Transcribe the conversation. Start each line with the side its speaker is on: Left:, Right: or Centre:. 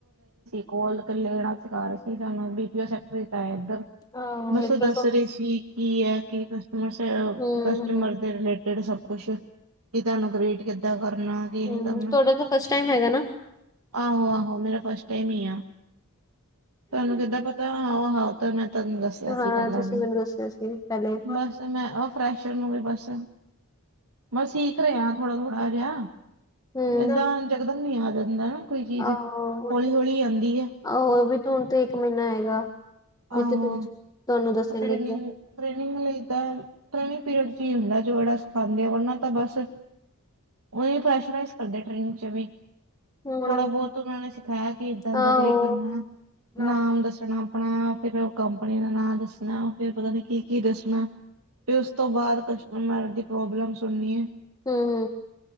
Right: ਕੋਲ ਲੈਣਾ ਸਿਖਾ ਰਏ ਸੀ ਤੁਾਨੂੰ ਬੀ ਪੀਓ ਸੈਕਟਰ ਤਾ ਇੱਧਰ
Left: ਆਹੋ
Right: ਬੱਸੋ
Left: ਇਧਰ
Right: ਦੱਸ
Left: ਤੋਂ
Right: ਰਈ ਸੀ ਕੀ ਹੈ ਕੀ ਕਸਟਮਰ -ਕਸਟਮਰ
Left: ਹਮ ਹਮ
Right: ਦੇ ਰਿਲੇ ਕੇੜੇ ਸਭ ਕੁਛ ਕੀ ਤੁਹਾਨੂੰ ਕਰੇਟ ਕਿੱਦਾਂ ਕਰਨਾ ਕੀ
Left: ਹਮ
Right: ਨਈ ਕਰਨਾ
Left: ਤੁਹਾਡਾ ਤਾਂ ਫਸਟ ਟਾਈਮ ਹੈਗਾ ਨਾ
Right: ਆਹੋ-ਆਹੋ ਮੇਰਾ ਫਸਟ ਟਾਈਮ ਹੀ ਆ ਤੁਹਾਨੂੰ ਕਿੱਦਾਂ ਪਤਾ ਆਹੋ-ਆਹੋ ਮੈਂ ਤੁਹਾਨੂੰ ਦੱਸਿਆ
Left: ਹਾਂ
Right: ਸੀ ਪੈਲਾਂ
Left: ਤੁਸੀਂ
Right: ਵੀ
Left: ਮੈਨੂੰ ਦੱਸਿਆ ਸੀ ਪਹਿਲੇ
Right: ਬਸ ਮੈਂ ਅਫਰੈਸ਼ਰ ਨੂੰ ਵੀ ਬਸ ਮੈਂ ਸੀਖ ਰਿਆ ਥੋੜਾ-ਥੋੜ੍ਹਾ ਜਿਹਾ
Left: ਹਮ
Right: ਏਦਾਂ ਜਕਦਮ ਨੀ ਆ ਜਾਂਦਾ ਨਾ ਕੋਈ ਚੀਜ਼
Left: ਆਹੋ
Right: ਹੌਲੀ-ਹੌਲੀ ਆਦੀ ਐ।
Left: ਆਹੋ ਵੀ ਤੇ ਹੁਣ ਤੇ ਇੱਕ ਮ੍ਹੀਨਾ ਹੈਗਾ। ਜਿੱਥੇ
Right: ਆਹੋ
Left: ਤੁਸੀਂ ਤੁਹਾਨੂੰ ਦੱਸਣਗੇ
Right: ਟਰੇਨਿੰਗ-ਟਰੇਨਿੰਗ
Left: ਕਿ
Right: ਲਈ ਦਾ ਟਰੇਨਿੰਗ ਪੇੜ 'ਚ ਹੁੰਦਾ ਜੋ ਜੇੜਾ ਸਿਖਾ ਦੇ ਉਹਨਾਂ ਤਾਂ ਬਸ ਓ ਪ੍ਰੈਸ਼ ਕਰਦੇ ਟ੍ਰੇਨਿੰਗ 'ਚ ਵੀ
Left: ਹਮ
Right: ਥੋੜਾ ਬੋਤ ਉਹਨਾ ਨੇ ਸਿਖਾਇਆ ਕਿ ਏਦਾਂ
Left: ਆਹੋ
Right: ਇਦਾਂ ਟਾਰੀਰੇਟ ਕਰਨਾ
Left: ਹਮ
Right: ਨਾਮ ਦੱਸਣਾ ਆਪਣਾ ਫਿਰ ਓ ਕੰਪਨੀ ਦਾ ਨਾਂ ਦੱਸਣਾ ਫਿਰ ਪਤਾ ਨੀ ਕੀ-ਕੀ ਦੱਸਣਾ ਫਿਰ ਉਸ ਤੋਂ ਬਾਦ ਉਨਾ ਦੀ ਪ੍ਰੋਬਲਮ ਸੁਣਣੀ ਐ।
Left: ਹੂੰ